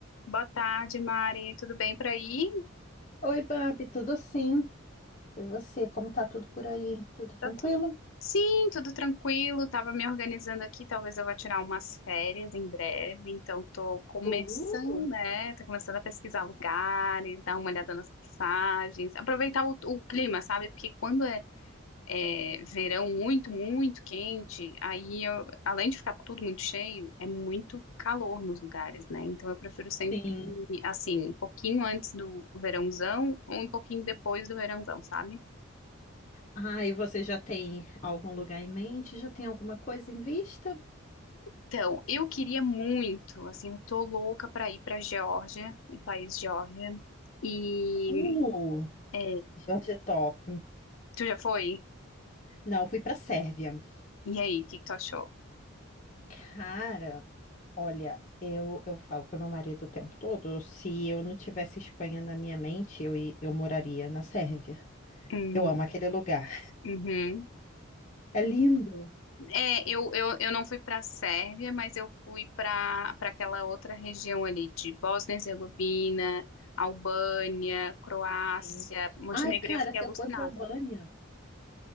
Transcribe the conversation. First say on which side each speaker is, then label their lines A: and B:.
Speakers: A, on the left; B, on the left.
A: Boa tarde, Mari. Tudo bem por aí?
B: Oi, Babi, tudo sim? E você, como tá tudo por aí? Tudo tranquilo?
A: Tá tu- Sim, tudo tranquilo. Tava me organizando aqui. Talvez eu vá tirar umas férias em breve. Então, tô começando,
B: Uh,
A: né? Tô começando a pesquisar lugares, dar uma olhada nas passagens, aproveitar o, o clima, sabe? Porque quando é é, verão muito, muito quente, aí eu- além de ficar tudo muito cheio, é muito calor nos lugares, né? Então eu prefiro sempre,
B: sim.
A: ir, assim, um pouquinho antes do verãozão ou um pouquinho depois do verãozão, sabe?
B: Ah, e você já tem algum lugar em mente? Já tem alguma coisa em vista?
A: Então, eu queria muito, assim, eu tô louca pra ir pra Geórgia, o país Geórgia. E
B: Uh,
A: é,
B: Jorge é top.
A: tu já foi?
B: Não, eu fui pra Sérvia.
A: E aí, o que que tu achou?
B: Cara, olha, eu, eu falo pro meu marido o tempo todo, se eu não tivesse Espanha na minha mente, eu, i- eu moraria na Sérvia.
A: Hum,
B: Eu amo aquele lugar.
A: uhum.
B: É lindo.
A: É, eu, eu, eu não fui para a Sérvia, mas eu fui para para aquela outra região ali de Bósnia e Herzegovina, Albânia, Croácia,
B: Sim.
A: Montenegro,
B: Ai, cara,
A: eu fiquei
B: se
A: alucinada.
B: eu for para Albânia.